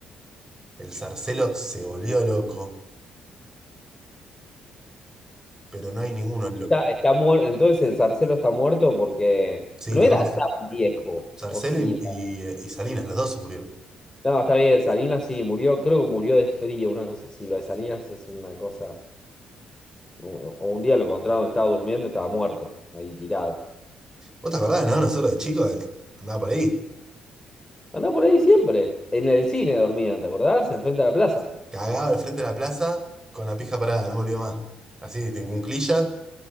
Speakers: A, on the right (about 20°); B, on the left (about 20°).
A: El Zarcelo se volvió loco, pero no hay ninguno. lo-
B: Está, está muerto, entonces el Zarcelo está muerto porque
A: Sí,
B: no
A: los
B: era
A: dos.
B: tan viejo,
A: Zarcelo
B: o sí.
A: y, y, eh, y Salinas, los dos se murieron.
B: No, está bien, Salinas sí murió, creo que murió de frío, una cosa así. Lo de Salinas es una cosa. O o un día lo encontraron, estaba durmiendo, estaba muerto, ahí tirado.
A: ¿Vos te acordás, no? Nosotros de chicos eh, andaba por ahí.
B: Andá por ahí siempre, en el cine dormía, ¿te acordás? Enfrente de la plaza.
A: Cagaba al frente de la plaza con la pija parada, no me olvido más. Así, en cunclilla,